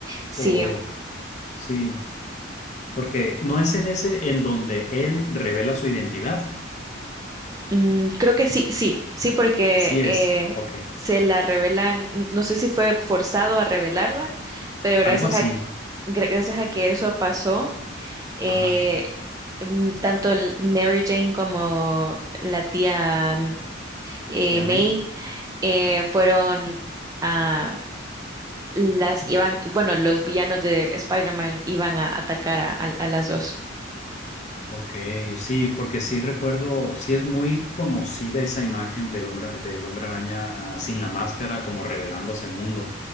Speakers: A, on the right (about 20°); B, on the left (about 35°).
A: Sí,
B: O, sí. Porque no es en ese en donde él revela su identidad.
A: Mm, creo que sí, sí, sí, porque
B: Sí es.
A: eh,
B: Ok.
A: se la revelan, n- no sé si fue forzado a revelarla, pero gracias
B: Algo así.
A: a, gra- gracias a que eso pasó, eh,
B: Ajá.
A: mm, tanto el Mary Jane como la tía mm, eh,
B: ¿Ya
A: May
B: me?
A: eh, fueron a las, iban, bueno, los villanos de Spider-Man iban a atacar a, a- a las dos.
B: Ok, sí, porque sí recuerdo, sí es muy conocida esa imagen del hombre, del hombre araña, ah, sin la máscara, como revelándose al mundo.